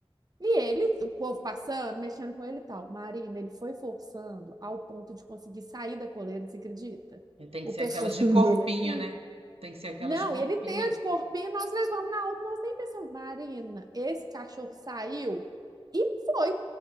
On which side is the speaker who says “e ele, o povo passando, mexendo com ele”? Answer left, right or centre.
Right